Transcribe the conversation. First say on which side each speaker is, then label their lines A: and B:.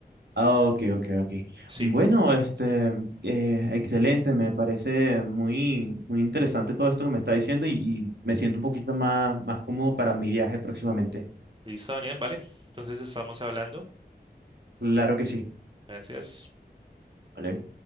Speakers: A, on the right; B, on the right.
A: Ah, ok, ok, ok.
B: Sí.
A: Bueno, este, eh, excelente, me parece muy, muy interesante todo esto que me está diciendo y, y me siento un poquito más, más cómodo para mi viaje próximamente.
B: Listo, Daniel, vale. Entonces estamos hablando.
A: Claro que sí.
B: Gracias.
A: ¿vale?